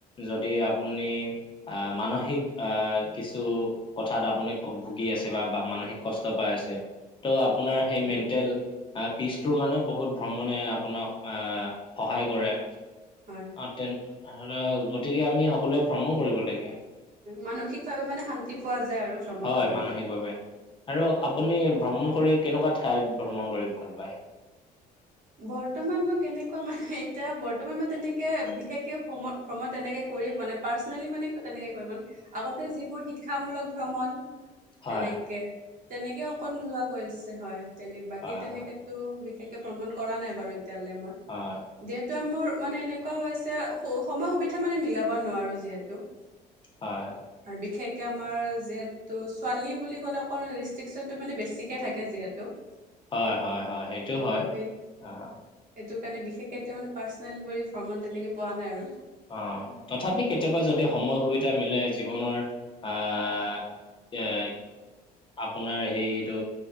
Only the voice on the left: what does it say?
যদি আপুনি- আহ মানসিক আহ কিছু- কথাত আপুনি কক ভুগি আছে বা বা মানসিক কষ্ট পাই আছে। ত' আপোনাৰ সেই
মেণ্টেল পিচটোৰ কাৰণেও বহুত ভ্ৰমণে আপোনাক আহ- সহায় কৰে।
অঁ তেন গতিকে আমি সকলোৱে ভ্ৰমণ কৰিব লাগে।
হয়
মানসিকভাৱে আৰু আপুনি ভ্ৰমণ কৰি কেনেকুৱা ঠাইত ভ্ৰমণ কৰি ভাল পায়?
হয়
হয়
হয়
হয়।
হয়।
হয় হয় হয়, সেইটোৱে হয়,
অঁ।
অঁ তথাপি কেতিয়াবা যদি সময় সুবিধা মিলে জীৱনৰ আহ- <unintelligible> আপোনাৰ সেইটো